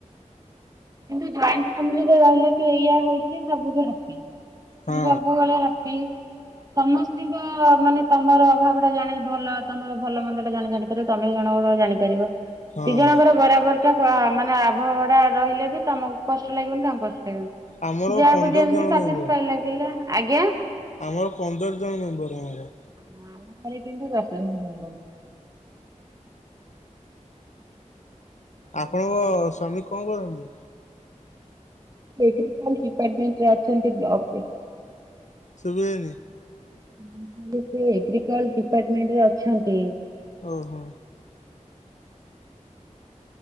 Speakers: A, on the right; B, on the left.
A: କିନ୍ତୁ ଜଏଣ୍ଟ ଫ୍ୟାମିଲି ରେ ରହିଲେ କି ଏଇଆ ହଉଚି ସବୁଠୁ ହାପି।
B: ହଁ
A: ସବୁବେଳେ ହାପି। ସମସ୍ତିଙ୍କ ମାନେ ତମର ଅଭାବ ଟା ଜାଣି ଭଲ ତମର ଭଲ ମନ୍ଦ ଟା ଜାଣି ଜାଣି ପାରିବ। ତମେ ଜଣଙ୍କର ଜାଣିପାରିବ
B: ହଁ
A: ଦିଜଣଆଙ୍କର ବରାବର <unintelligible> ମାନେ <unintelligible> ରହିଲେ ବି ତମକୁ କଷ୍ଟ ଲାଗିବନି ତାଙ୍କୁ କଷ୍ଟ ଲାଗିବନି।
B: ଆମର
A: ଯାହାକୁ
B: ପନ୍ଦର
A: ଯେମତି
B: ଜଣ
A: ସାଟିସଫାଏଡ୍‌
B: ମେମ୍ବର।
A: ଲାଗିଲା ଆଜ୍ଞା।
B: ଆମର ପନ୍ଦର ଜଣ ମେମ୍ବର ଆମର।
A: ଓହୋ ଆମ ଘରେ କିନ୍ତୁ ଦଶ ଜଣ ମେମ୍ବର।
B: ଆପଣଙ୍କ ସ୍ୱାମୀ କଣ କରନ୍ତି?
A: ଏଗ୍ରିକଲ ଡିପାର୍ଟମେଣ୍ଟ ରେ ଅଛନ୍ତି ବ୍ଲକ ରେ।
B: ଶୁବିଲାନି।
A: <unintelligible> ଏଗ୍ରିକଲ ଡିପାର୍ଟମେଣ୍ଟ ରେ ଅଛନ୍ତି।
B: ଓ ହୋ।